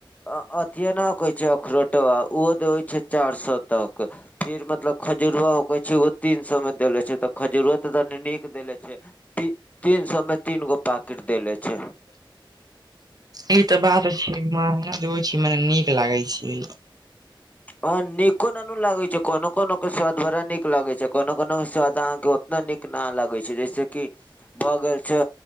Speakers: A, on the left; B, on the right.
A: अ-अथिए न कय छै अखरोटबा ओहो दय छै चार सए तक फेर मतलब खजुरआ होकै छै ओ- तीन सौ मे देले छै तो खजूुरुआ त तनी नीक देले छै। ती-तीन सौ में तीन गो पाकेिट देले छै।
B: ई तऽ बात छै महगा देबय छय मने नीक लागै छै।
A: ओह्न निको ननू लागे छै, कोनो कोनो के स्वाद बड़ा नीक लागे छै, कोनो कोनो के स्वाद अहां के-ओ- ना नीक न लगै छै जैसे कि- भ गेल छ,